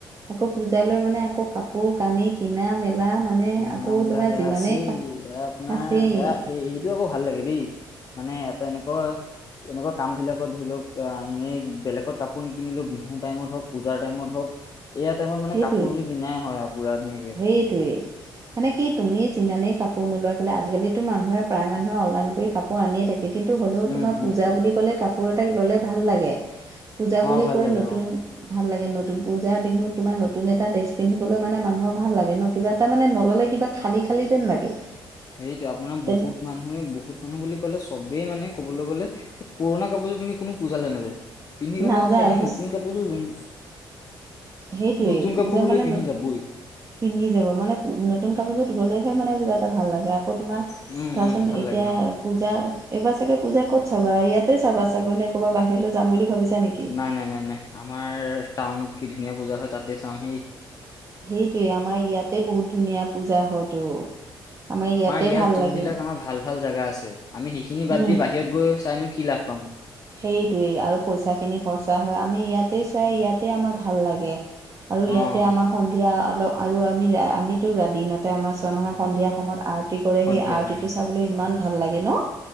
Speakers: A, on the right; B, on the left.
A: আকৌ পূজা লৈ মানে আকৌ কাপোৰ কানি কিনা মেলা খুলা মানে
B: কিনা
A: আকৌ
B: মেলা
A: তোমাৰ
B: সেয়া
A: যিমানেই
B: আছেই সেয়া আপোনাৰ
A: আছেই
B: সেয়া সেই এই টো আকৌ ভাল লাগে দেই মানে এটা এনেকুৱা এনেকুৱা কামবিলাকত ধৰি লওক, এনেই বেলেগত কাপোৰ নিকিনিলেও বিহুৰ টাইমত হওক পূজাৰ টাইমত হওক। এয়া টাইমত মানে
A: সেইটোৱে
B: কাপোৰযোৰ কিনাই হয় আৰু পুৰা ধুনীয়াকে।
A: সেইটোৱেই। মানে কি তুমি যিমানেই কাপোৰ নোলোৱা কেলে আজিকালিতো মানুহে প্ৰায় মানুহে অনলাইন কৰি কাপোৰ আনিয়ে থাকে। কিন্তু হ'লেও তোমাৰ
B: উম
A: পূজা
B: উম
A: বুলি ক'লে কাপোৰ এটা ল'লে ভাল লাগে। পূজা বুলি
B: অ ভাল
A: কৈ
B: লাগে
A: নতুন
B: অ
A: ভাল লাগে, নতুন পূজা-বিহুত তোমাৰ নতুন এটা ড্ৰেছ পিন্ধিবলৈ মানে মানুহৰ ভাল লাগে ন, কিবা এটা মানে নল'লে কিবা খালি খালি যেন লাগে।
B: সেইটোৱে আপোনাৰ
A: তেন
B: বহুত মানুহে বহুত মানুহ বুলি ক'লে চবেই মানে ক'বলৈ গ'লে। পুৰণা কাপোৰযোৰ পিন্ধি কোনো পূজাল লৈ নাযায়। পিন্ধি গলে
A: নাযায়
B: সদায়
A: সেই
B: নতুন কাপোৰ যোৰ
A: সেইটোৱেই
B: নতুন
A: পূজা
B: কাপোৰ হ'লে
A: মানে
B: পিন্ধি যাবই।
A: পিন্ধি যাব মানে নতুন কাপোৰযোৰত গ'লেহে মানে কিবা এটা ভাল লাগে, আকৌ তোমাৰ
B: উম,
A: ধৰাচোন
B: উম, ভাল
A: এতিয়া
B: লাগে অ'।
A: পূজা, এইবাৰ চাগে পূজা ক'ত চাবা? ইয়াতে চাবা চাগৈ নে, ক'ৰবা বাহিৰলৈ যাম বুলি ভাবিছা নেকি।
B: নাই নাই নাই নাই আমাৰ টাউনত কি ধুনীয়া পূজা হয় তাতে চাম। সেই
A: সেইটোৱে আমাৰ ইয়াতে বহুত ধুনীয়া পূজা হয়তো আমাৰ ইয়াতে
B: ইয়াত
A: ভাল
B: যোনবিলাক
A: লাগে।
B: আমাৰ ভাল ভাল জাগা আছে, আমি সেইখিনি বাদ
A: উম
B: দি বাহিৰত গৈ চাইনো কি লাভ পাম।
A: সেইটোৱেই আৰু পইচাখিনি খৰচা হয়, আমি ইয়াতেই চাই ইয়াতেই আমাৰ ভাল লাগে। আৰু ইয়াতে
B: অ',
A: আমাৰ সন্ধিয়া অলপ আৰু আমি আমিতো ৰাতি দিনতে আমাৰ চোৱা নহয় সন্ধিয়া সময়ত আ আৰটি কৰে
B: সন্ধিয়া
A: সেই আৰটিটো
B: টাইমত
A: চাবলৈ
B: হয়।
A: ইমান ভাল লাগে ন।